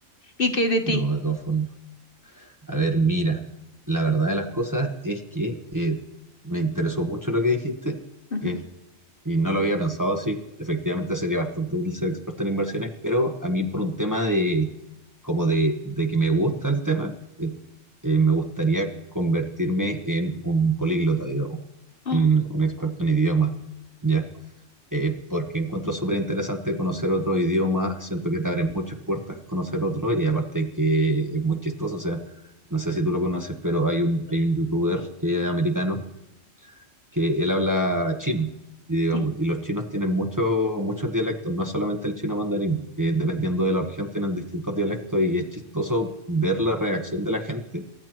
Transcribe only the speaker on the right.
no, de todas formas. A ver, mira, la verdad de las cosas es que eh, me interesó mucho lo que dijiste.
Eh, Y no lo había pensado así. Efectivamente sería bastante útil ser experto en inversiones, pero a mí por un tema de como de, de que me gusta el tema, eh, eh, me gustaría convertirme en un políglota, digamos,
en un experto en idiomas, ¿ya? Eh, porque encuentro súper interesante conocer otro idioma, siento que te abren muchas puertas conocer otro y aparte que es muy chistoso, o sea, no sé si tú lo conoces, pero hay un, hay un youtuber que es americano que él habla chino, y, digamos,
y los chinos tienen muchos muchos dialectos, no es solamente el chino mandarín, eh, dependiendo de la región tienen distintos dialectos y es chistoso ver la reacción de la gente